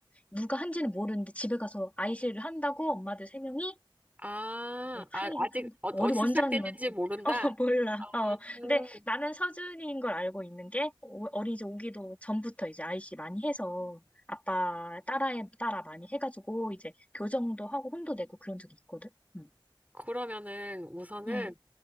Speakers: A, on the left (about 15°); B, on the right (about 15°).
A: 누가 한지는 모르는데 집에 가서 아이씨를 한다고 엄마들 세 명이
B: 아,
A: 이제
B: 아
A: 항의를
B: 아직
A: 한 거.
B: 어, 어디서
A: 우리 원장님한테.
B: 시작됐는지 모른다?
A: <laughs> 어, 몰라.
B: 아,
A: 어.
B: 음.
A: 근데 나는 서준이인 걸 알고 있는 게 어- 어린이집 오기도 전부터 이제 아이씨 많이 해서 아빠 따라에 따라 많이 해가지고 이제 교정도 하고 혼도 내고 그런 적이 있거든. 응.
B: 그러면은 우선은
A: 응.